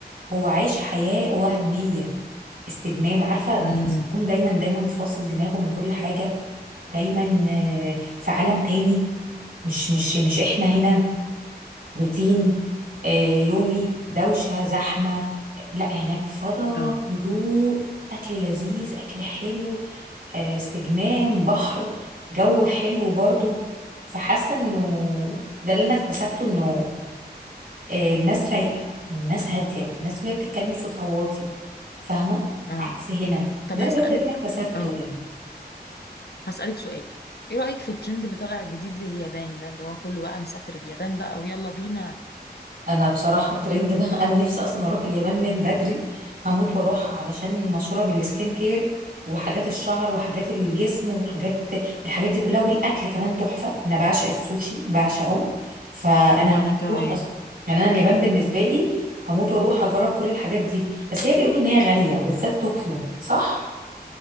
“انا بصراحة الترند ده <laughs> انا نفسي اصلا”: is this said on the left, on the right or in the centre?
Right